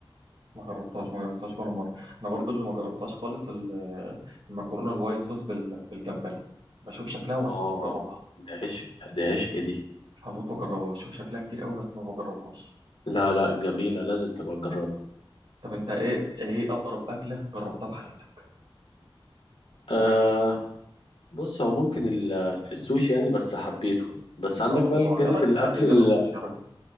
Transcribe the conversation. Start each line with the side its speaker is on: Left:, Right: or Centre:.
Right: ما جربتهاش ما جربتهاش ولا مره انا برضو اللي ما جربتهاش خالص ال- المكرونه الوايت صوص بال- بالجمبري بشوف شكلها وهموت
Left: آه
Right: واجربها
Left: دي عشق دي عشق دي
Right: هموت واجربها بشوف شكلها كتير قوي بس ما بجربهاش
Left: لا لا جميلة لازم تبقى تجربها
Right: طب انت ايه ايه اغرب اكله جربتها في حياتك
Left: آه بص هو ممكن ال- السوشي يعني بس حبيته بس
Right: يا
Left: عندك بقى
Right: الله
Left: الجانب
Right: يا راجل
Left: الأكل
Right: حد يجرب
Left: ال-
Right: سوشي يا راجل